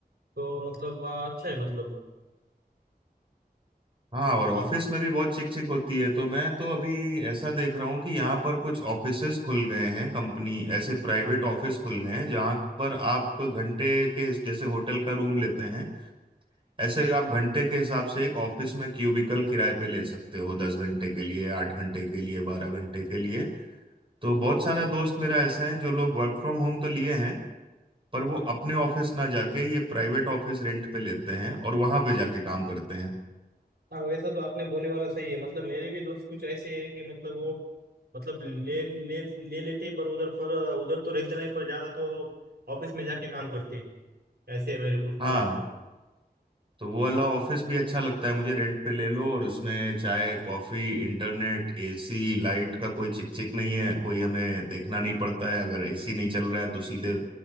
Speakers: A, on the right; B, on the right.
A: तो मतलब अ, अच्छा है मतलब
B: हाँ और ऑफिस
A: आप
B: में भी बहुत चिक चिक होती है तो मैं तो अभी ऐसा देख रहा हूँ कि यहाँ पर कुछ ऑफिसेस खुल गए हैं कंपनी ऐसे प्राइवेट ऑफिस खुल गए हैं जहाँ पर आप घंटे के जैसे होटल का रूम लेते हैं ऐसे ही आप घंटे के हिसाब से एक ऑफिस में क्यूबिकल किराए पे ले सकते हो दस घंटे के लिए आठ घंटे के लिए बारह घंटे के लिए तो बहुत सारा दोस्त मेरा ऐसा है जो लोग वर्क फ्रॉम होम तो लिए हैं पर वो अपने ऑफिस ना जाके ये प्राइवेट ऑफिस रेंट पे लेते हैं और वहां पे जाके काम करते हैं
A: हाँ वैसा तो आपने बोले वाला सही है मतलब मेरे भी दोस्त कुछ ऐसे है कि मतलब वो मतलब ले ले ले लेते हैं, पर उधर पर उधर तो रहते नहीं पर ज्यादा तो ऑफिस में जाके काम करते हैं। ऐसे है मेरे कुछ
B: हाँ
A: दोस्त
B: तो वो वाला ऑफिस भी अच्छा लगता है मुझे रेंट पे ले लो और उसमें चाय कॉफी इंटरनेट एसी लाइट का कोई चिक चिक नहीं है कोई हमें देखना नहीं पड़ता है अगर एसी नहीं चल रहा है तो सीधे